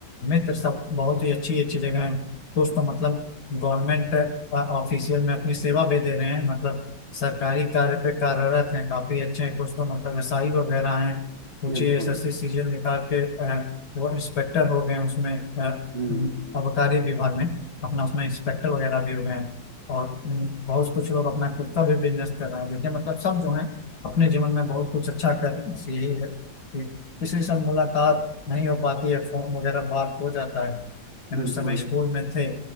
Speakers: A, on the left (about 55°); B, on the right (about 30°).
A: मित्र सब बहुत ही अच्छी अच्छी जगह हैं कुछ तो मतलब गवर्नमेंट ऑफिशियल में अपनी सेवा भी दे रहे हैं मतलब सरकारी कार्य पे कार्यरत हैं काफी अच्छे हैं कुछ तो मतलब एसआई वगैरह हैं कुछ
B: बिल्कुल
A: एसएससी सीजन निकाल के अ, वो इंस्पेक्टर हो गए उसमें अ,
B: हम्म
A: अम, आबकारी विभाग में अपना उसमें इंस्पेक्टर वगैरह भी हो गए हैं और अम, बहुत कुछ लोग अपना खुद का भी बिजनेस कर रहे हैं देखिए मतलब सब जो है अपने जीवन में बहुत कुछ अच्छा कर बस यही है कि किसी से मुलाकात नहीं हो पाती है फोन वगैरह बात हो जाता है लेकिन
B: बिल्कुल
A: उस समय स्कूल में थे